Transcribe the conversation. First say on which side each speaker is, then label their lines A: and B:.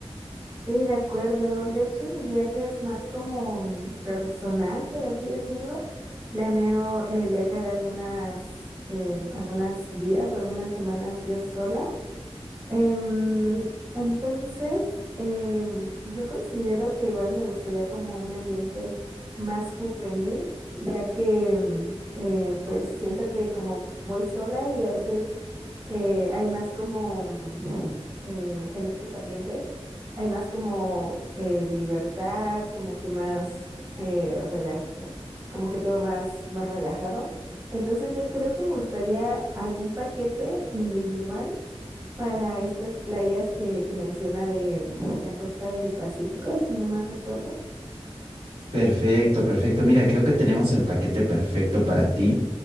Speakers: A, on the right; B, on the right.
A: Sí, de acuerdo. De hecho, mi viaje es más como personal, por así decirlo. Planeo eh, viajar algunas, em, algunas días o algunas semanas yo sola. Em, entonces, em, yo considero que igual me gustaría como un ambiente más juvenil, ya que em, eh, pues siento que como voy sola y a veces eh, hay más como mm, eh, en estos ambientes, hay más como eh, libertad, como que más eh, rela- como que todo más, más relajado. Entonces yo creo que me gustaría algún paquete individual para estas playas que, que menciona de la costa del Pacífico, si no mal recuerdo.
B: Perfecto, perfecto. Mira, creo que tenemos el paquete perfecto para ti.